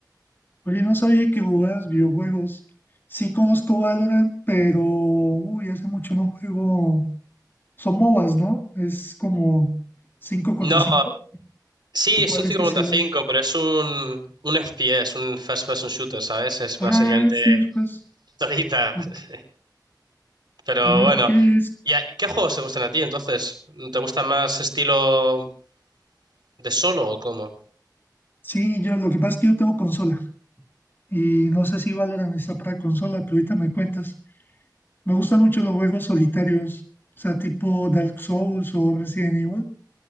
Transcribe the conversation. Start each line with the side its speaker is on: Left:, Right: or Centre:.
Left: Oye, no sabía que jugabas videojuegos. Sí conozco Valorant, pero, uy, hace mucho no juego. Son MOBAs, ¿no? Es como 5 contra
Right: No,
Left: cinco
Right: sí,
Left: ¿O
Right: es
Left: ¿Cuál
Right: un 5
Left: es ese?
Right: contra 5, pero es un, un FPS, un first person shooter, ¿sabes? Es
Left: Ah,
Right: básicamente
Left: sí, pues.
Right: solita.
Left: Ok,
Right: <laughs> Pero
Left: Ah,
Right: bueno,
Left: ok, es.
Right: ¿y a- qué juegos te gustan a ti entonces? ¿Te gusta más estilo de solo o cómo?
Left: Sí, yo lo que pasa es que yo tengo consola y no sé si Valorant está para consola, pero ahorita me cuentas. Me gustan mucho los juegos solitarios, o sea, tipo Dark Souls o Resident Evil,